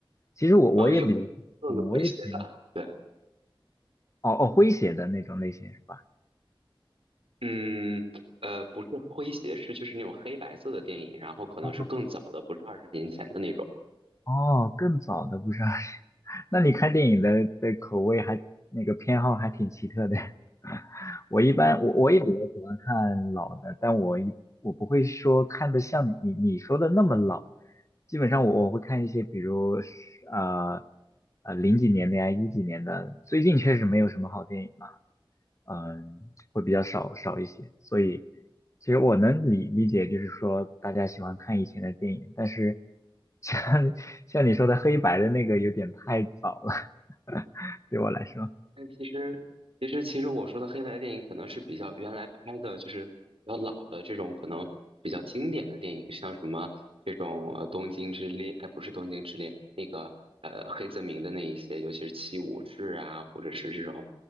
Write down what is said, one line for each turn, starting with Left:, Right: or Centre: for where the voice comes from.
Left: 其实我我也比，
Right: 哦，有更有一些的，
Left: 嗯，我也比较，
Right: 对，
Left: 哦哦，诙谐的那种类型是吧？
Right: 嗯，呃，不是诙谐，是就是那种黑白色的电影，然后可能是更早的，
Left: 哦哦
Right: 不是二十年前的那种。
Left: 哦，更早的不是 <laughs> 那你看电影的的口味还那个偏好还挺奇特的。<laughs> 我一般我我也比较喜欢看老的，但我一我不会说看的像你你说的那么老，基本上我我会看一些，比如是呃呃零几年的呀，一几年的，最近确实没有什么好电影，了。嗯，会比较少少一些。所以，其实我能理理解，就是说大家喜欢看以前的电影，但是像 <laughs> 像你说的黑白的那个有点太早了，<laughs> 对我来说。
Right: 但其实，其实，其实我说的黑白电影可能是比较原来拍的，就是比较老的这种，可能比较经典的电影，像什么这种呃《东京之恋》，哎，不是《东京之恋》，那个呃黑泽明的那一些，尤其是《七武士》啊，或者是这种